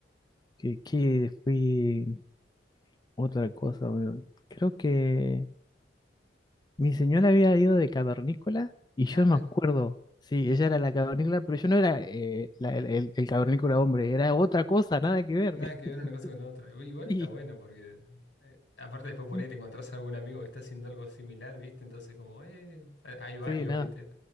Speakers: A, on the left; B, on the left.
A: que, que fui otra cosa. boludo. Creo que mi señora había ido de cavernícola y
B: Cabe.
A: yo no me acuerdo. Sí, ella era la cavernícola, pero yo no era eh, la- el, el- el cavernícola hombre. Era otra cosa, nada que ver.
B: Nada que
A: <laughs>
B: ver una cosa con la otra. Uy, Igual
A: Sí,
B: está bueno porque eh, aparte después por
A: sí,
B: ahí te encontrás a algún amigo que está haciendo algo similar, ¿viste? Entonces como, eh, hay hay varios,
A: sí, nada.
B: ¿viste?